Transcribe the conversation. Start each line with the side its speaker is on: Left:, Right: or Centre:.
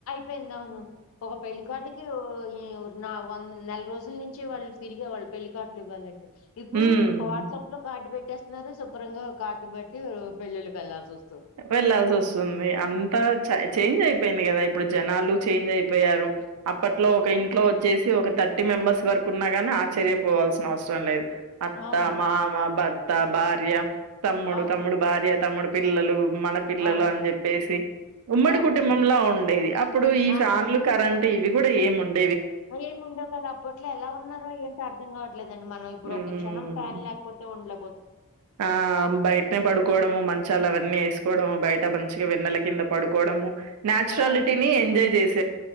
Left: పెంది అవును ఒక పెళ్ళి కార్డ్ కి ఒ ఎ ఒర్ నా వంద్ నెల రోజుల్ నుంచి వాళ్ళు తిరిగేవాళ్ళు పెళ్లికార్డ్లు ఇవ్వాలంటే ఇప్పుడు
Right: హ్మ్.
Left: వాట్సాప్ లో కార్డు పెట్టేస్తున్నారు శుభ్రంగా కార్డు బట్టి పెళ్ళిళ్ళకి వెళ్ళాల్సి వస్
Right: వెళ్ళాల్సి వస్తుంది అంత చా చేంజ్ ఐపే ఐపేంది కదా ఇప్పుడు జనాలు చేంజ్ అయిపోయారు అప్పట్లో ఒక ఇంట్లో వచ్చేసి ఒక థర్టీ మెంబర్స్ వరకు కున్నాగాని ఆ్చర్యపోవాల్సిన అవసరం లేదు అత్త,
Left: అవును
Right: మామ, భర్త, భార్య, తమ్ముడు,
Left: అవును
Right: తమ్ముడు భార్య, తమ్ముడు పిల్లలు మన పిల్లలు
Left: అవునండి
Right: అని చెప్పేసి ఉమ్మడి
Left: అవునవును
Right: కుటుంబంలా ఉండేది అప్పుడు ఈ
Left: ఆ
Right: ఫ్యాన్లు కరెంటు ఇవి కూడా ఏముండ్
Left: అదేముండవ్ కదా ఉండో కదా అప్పట్లో ఎలా ఉన్నారో ఏంటి అర్థం కావట్లేదండి మనం ఇప్పుడు
Right: హ్మ్.
Left: ఒక క్షణం ఫ్యాన్ లేకపోతే ఉండ్లేం
Right: ఆ బయట్నే పడుకోవడము మం చాల అవన్నీ వేసుకోవడం బయట మంచిగా వెన్నల కింద పడుకోవడము నెచురాలిటీని
Left: ఆ
Right: ఎంజాయ్ చేసి